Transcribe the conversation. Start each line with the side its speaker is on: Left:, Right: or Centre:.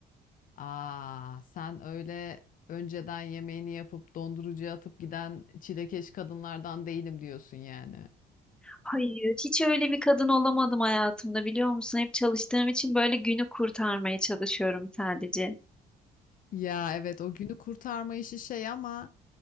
Left: Aa, sen öyle önceden yemeğini yapıp dondurucuya atıp giden çilekeş kadınlardan değilim diyorsun yani.
Centre: Hayır, hiç öyle bir kadın olamadım hayatımda biliyor musun? Hep çalıştığım için böyle günü kurtarmaya çalışıyorum sadece.
Left: Ya evet o günü kurtarma işi şey ama